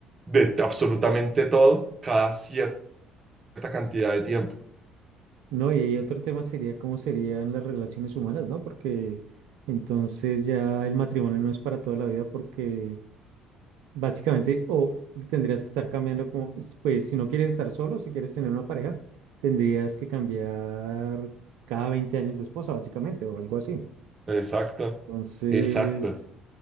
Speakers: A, on the right (about 35°); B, on the right (about 70°).
A: de absolutamente todo cada cierta cantidad de tiempo.
B: ¿no? Y, ahí otro tema sería cómo serían las relaciones humanas, ¿no? Porque entonces ya el matrimonio no es para toda la vida porque Básicamente, o tendrías que estar cambiando como, s- pues si no quieres estar solo, si quieres tener una pareja, tendrías que cambiar cada 20 años de esposa, básicamente, o algo así.
A: Exacto,
B: Entonces,
A: exacto,